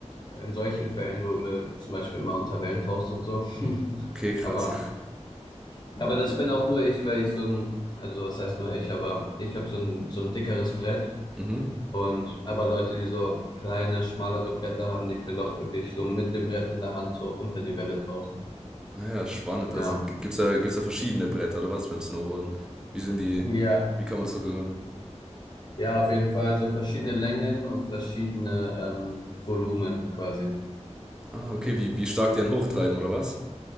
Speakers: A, on the left; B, in the centre.
A: in solchen Fällen wurde zum Beispiel immer unter Wellen Wellentoast und so. <laughs>
B: Okay, krass.
A: Aber, aber das bin auch nur ich, weil ich so ein, also was heißt nur ich, aber ich habe so ein, so ein dickeres Brett.
B: Mhm.
A: Und aber Leute, die so kleine, schmalere Bretter haben, die können doch wirklich so mit dem Brett in der Hand so unter die Welle tauchen.
B: Naja, spannend.
A: Ja.
B: Also g- gibt's da, gibt's da verschiedene Bretter oder was beim Snowboarden? Wie sind die,
A: Ja.
B: wie kann man das so, ge-
A: Ja, auf jeden Fall so verschiedene Längen und verschiedene ähm, Volumen quasi.
B: ah, okay, wie, wie stark die einen hochtreiben oder was?